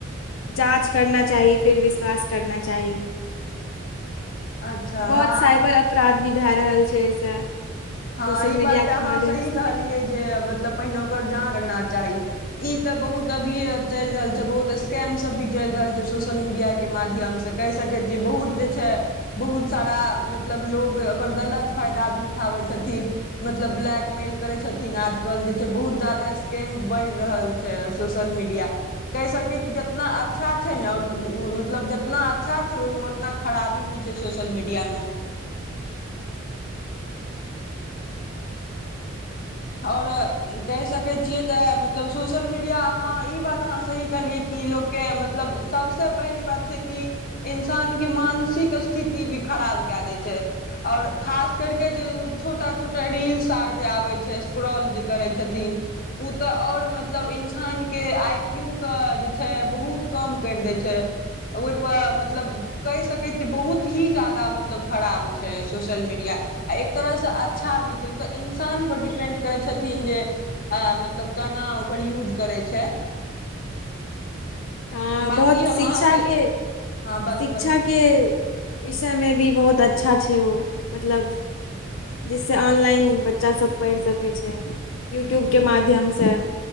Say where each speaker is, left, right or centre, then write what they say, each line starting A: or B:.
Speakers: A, on the left (about 80°); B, on the left (about 45°).
A: जाँच करना चाही फेर विश्वास करना चाही
B: अच्छा
A: बहोत
B: हँ
A: साइबर अपराध भी भए रहल छै एहिसँ
B: हँ
A: सोशल
B: ई
A: मीडिया
B: बात
A: के
B: ते अहाँ
A: माध्यम
B: सही
A: से
B: कहलियै जे मतलब पहिने ओकर जाँच करना चाही ई तऽ बहुत अभी चलि रहल छै बहुत स्कैम सब भी चलि रहल छै सोशल मीडिया के माध्यमसँ कहि सकैय छिय बहुत जे छै बहुत सारा मतलब लोग ओकर गलत फायदा दादी उठाबै छथि थि मतलब ब्लैकमेल करे छथिन आजकल जे छै बहुत ज्यादा स्कैम बढ़ि रहल छै सोशल मीडिया कहि सकैय छी जितना अच्छा छै ने ओ मतलब जतना अच्छा छै ओहिमे उतना खराबी भी छै सोशल मीडियामे आओर कहि सकैत छियै तऽ मतलब सोशल मीडिया हँ ई बात अहाँ सही कहलियै कि लोकके मतलब सबसँ पहली बात छै कि इंसान के मानसिक स्थिति भी खराब कए दै छै आउर खास करि के जे उ छोटा छोटा रील्स आर जे आबे छै स्क्राल जे करै छथिन उ तऽ आउर मतलब इंसानके आई क्यू कऽ जे जे छै बहुत कम करि दै छै ओहि पर मतलब कहि सकैत छी बहुत ही ज्यादा मतलब खराब छै सोशल मीडिया आ एक तरहसँ अच्छा भी छै ओ तऽ इन्सान डिप पेन्ड करै छथिन जे आं मतलब केना ओकर यूज करै छै
A: आँ
B: बाँकी
A: बहुत शिक्षा
B: हम अहाँके
A: के
B: हँ बाजू
A: शिक्षा
B: बाजू
A: के विषयमे भी बहुत अच्छा छै ओ मतलब जिससे ऑनलाइन बच्चा सभ पढ़ि सकै छै यूट्यूबके माध्यमसे